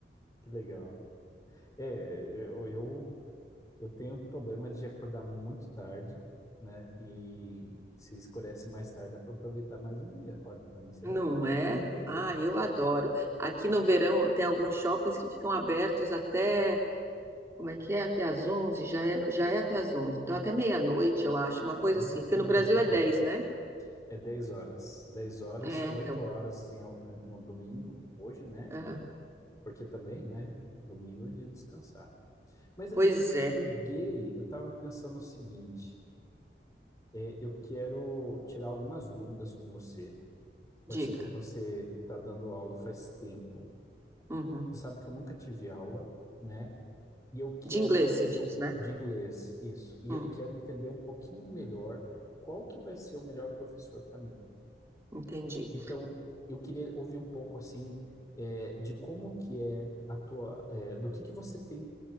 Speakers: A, on the left; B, on the right.
A: que legal. É, eu, eu, eu tenho problema de acordar muito tarde, né? E se escurece mais tarde, dá para aproveitar mais o dia. Olha, para mim seria
B: Não
A: bom.
B: é?
A: <laughs>
B: Ah, eu adoro. Aqui no verão tem alguns shoppings que ficam abertos até, como é que é? Até às 11. já é, no- já é até às 11. Então até meia-noite, eu acho, uma coisa
A: Ah,
B: assim, porque
A: que maravilha.
B: no Brasil é dez, né?
A: É 10 horas. dez horas,
B: É,
A: 8
B: então.
A: horas em- no domingo, hoje, né?
B: é.
A: Porque também, né? Domingo é dia de descansar. Mas,
B: Pois
A: mas eu
B: é,
A: te liguei, eu estava pensando o seguinte: é, eu quero tirar algumas dúvidas com você.
B: diga.
A: Eu sei que você está dando aula faz tempo.
B: Uhum.
A: Você sabe que eu nunca tive aula, né? E eu quero
B: De inglês
A: entender
B: se diz,
A: um,
B: né?
A: de inglês, isso. E
B: Hum,
A: eu quero entender um pouquinho melhor qual que vai ser o melhor professor para mim.
B: entendi.
A: Então, eu queria ouvir um pouco assim é, de como que é a tua, é, do que que você tem